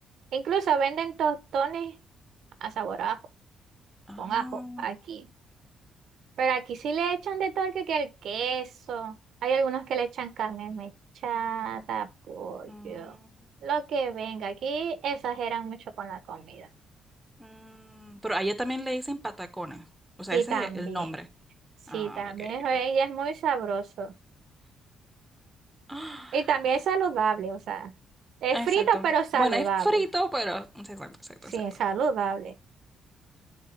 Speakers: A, on the right; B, in the centre.
A: Incluso venden tostones a sabor a ajo,
B: Ah,
A: con ajo, aquí. Pero aquí sí le echan de todo que que el queso. Hay algunos que le echan carne mechada, pollo,
B: mm,
A: lo que venga. Aquí exageran mucho con la comida.
B: mm. Pero allá también le dicen patacones. O sea,
A: Sí,
B: ese
A: también.
B: es el el nombre.
A: Sí,
B: Ah,
A: también.
B: ok,
A: Oye,
B: ok.
A: Y es muy sabroso.
B: <gasps>
A: Y también es saludable, o sea, es
B: Ah,
A: frito
B: exacto.
A: pero saludable.
B: Bueno, es frito, pero... mm, sí, Exacto, exacto,
A: Sí,
B: exacto.
A: saludable.